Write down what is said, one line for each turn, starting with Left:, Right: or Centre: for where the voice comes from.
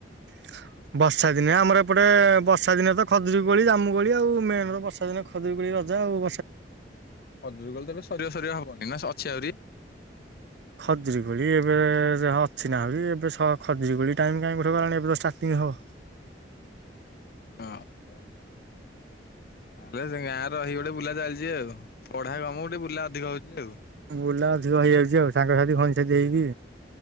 Right: ହ <inaudible> ବର୍ଷା ଦିନେ ଆମର ଏପଟେ ବର୍ଷା ଦିନେ ତ ଖଜୁରୀ କୋଳି ଜାମୁ କୋଳି ଆଉ ମେନ ର ବର୍ଷା ଦିନେ ଖଜୁରୀ କୋଳି ର ଯାଉ
Left: ହଜୁର କଲେ ତବେ ସରିବା ସରିିବା ହବନି ନା ଅଛି ଆହୁରି
Right: ଖଜୁରୀ କୋଳି ଏବେ ଅଛି ନାହା ଏବେ ଖଜୁରୀ କୋଳି ଟାଇମ କାହିଁଠ ଗଲାଣି ଏବୋର୍ଟି ଏହାହ
Left: ଓ ହୋ ଆଲେ ସେ ଗାଁରେ ରହି ଗୋଟେ ବୁଲା ଚାଲିଛି ଆଉ ପଢା କମ ଗୋଟେ ବୁଲା ଅଧିକ ହଉଛି ଆଉ
Right: ବୁଲା ଅଧିକ ହେଇଯାଉଛି ଆଉ ସାଙ୍ଗସାଥି ଖଣିସଥିୀ ହେଇକି।